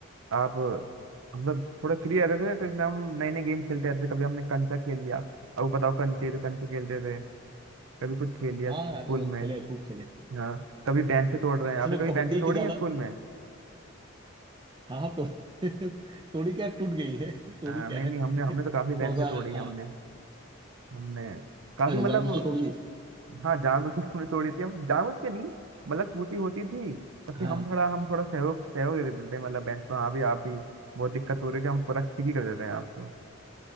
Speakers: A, on the right; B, on the right.
A: आप मतलब थोड़े फ्री रहते थे तो इसलिए हम नए नए गेम खेलते रहते थे कभी हमने कंचा खेल लिया अब बताओ कंचे तो कंचे खेलते थे कभी कुछ खेल लिया
B: हाँ
A: स्कूल
B: अरे वो
A: में
B: खेले खूब खेले
A: हाँ कभी बेंचें तोड़ रहे हैं आपने
B: असल में
A: कभी
B: कबड्डी
A: बेंचें तोड़ी
B: की ज्यादा
A: हैं स्कूल में
B: हाँ हाँ तो <laughs> तोड़ी क्या टूट गई है तोड़ी
A: हाँ,
B: क्या
A: नहीं
B: है
A: नहीं हमने
B: <laughs>
A: हमने
B: थोड़ा
A: तो काफी बेंचें
B: सा
A: तोड़ी
B: अ,
A: हैं हमने हमने काफी
B: अच्छा
A: मतलब
B: जानबूझ के तोड़ दी
A: हाँ जानबूझ के हमने तोड़ी थी अब जानबूझ के नहीं मतलब टूटी होती थी तब
B: हाँ
A: कि हम
B: हाँ
A: थोड़ा हम थोड़ा सहयोग सहयोग दे देते हैं मतलब बेंच पर हाँ भी आप भी बहुत दिक्कत हो रही है कि हम पूरा ठीक ही कर देते हैं आपको